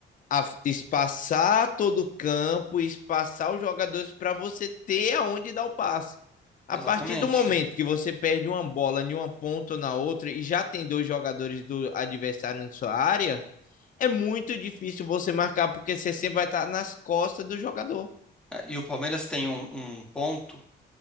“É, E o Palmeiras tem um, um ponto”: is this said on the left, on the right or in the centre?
Centre